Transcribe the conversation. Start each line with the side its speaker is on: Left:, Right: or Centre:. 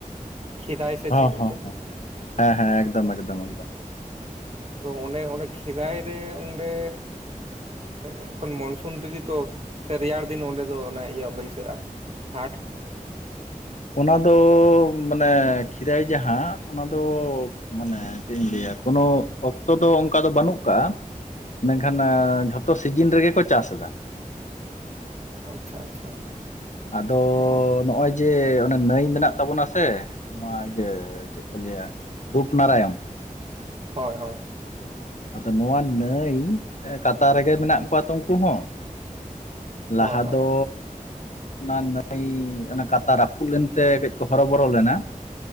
Right: ᱠᱷᱮᱫᱟᱭ ᱥᱮ
Left: ᱦᱚᱸ
Right: ᱪᱮᱫ ᱢᱤᱫᱴᱮᱱ
Left: ᱦᱚᱸ ᱦᱮᱸ ᱦᱮᱸ ᱮᱠᱫᱚᱢ ᱮᱠᱫᱚᱢ ᱮᱠᱫᱚᱢ
Right: ᱛᱚ ᱚᱱᱮ ᱚᱸᱰᱮ ᱠᱷᱤᱨᱟᱭ ᱨᱮ ᱚᱸᱰᱮ ᱮᱠᱷᱚᱱ ᱢᱚᱱᱥᱩᱱ ᱛᱮᱜᱮ ᱛᱚ ᱥᱮ ᱨᱮᱭᱟᱲ ᱫᱤᱱ ᱚᱸᱰᱮ ᱫᱚ ᱚᱱ ᱤᱭᱟᱹ ᱵᱟᱹᱭᱥᱟᱹᱜᱼᱟ ᱦᱟᱴ
Left: ᱚᱱᱟ ᱫᱚ ᱢᱟᱱᱮ ᱠᱷᱤᱨᱟᱭ ᱡᱟᱦᱟᱸ ᱚᱱᱟᱫᱚ ᱢᱟᱱᱮ ᱪᱮᱫ ᱤᱧ ᱞᱟᱹᱭᱟ ᱠᱳᱱᱳ ᱚᱠᱛᱚ ᱫᱚ ᱚᱱᱠᱟ ᱫᱚ ᱵᱟᱹᱱᱩᱜ ᱟᱠᱟᱜ-ᱟ ᱢᱮᱱᱠᱷᱟᱱ ᱡᱷᱚᱛᱚ ᱥᱤᱡᱤᱱ ᱨᱮᱜᱮ ᱠᱚ ᱪᱟᱥ ᱮᱫᱟ
Right: ᱟᱪᱪᱷᱟ ᱟᱪᱪᱷᱟ
Left: ᱟᱫᱚ
Right: ᱚ
Left: ᱱᱚᱜᱼᱚᱭ ᱡᱮ ᱚᱱᱮ ᱱᱟᱹᱭ ᱢᱮᱱᱟᱜ ᱛᱟᱵᱚᱱᱟ ᱥᱮ ᱱᱚᱣᱟ ᱤᱭᱟᱹ ᱪᱮᱫ ᱠᱚ ᱞᱟᱹᱭᱟ ᱨᱩᱯᱱᱟᱨᱟᱭᱚᱱ
Right: ᱦᱳᱭ ᱦᱳᱭ
Left: ᱟᱫᱚ ᱱᱚᱣᱟ ᱱᱟᱹᱭ ᱠᱟᱛᱟ ᱨᱮᱜᱮ ᱢᱮᱱᱟᱜ ᱠᱚᱣᱟ ᱛᱚ ᱩᱱᱠᱩ ᱦᱚᱸ ᱞᱟᱦᱟ
Right: ᱦᱳᱭ ᱦᱳᱭ
Left: ᱫᱚ ᱚᱱᱟ ᱱᱟᱹᱭ ᱚᱱᱟ ᱠᱟᱛᱟ ᱨᱟᱹᱯᱩᱫ ᱞᱮᱱᱛᱮ ᱠᱟᱹᱡ ᱠᱚ ᱦᱚᱨᱚ ᱵᱚᱨᱚ ᱞᱮᱱᱟ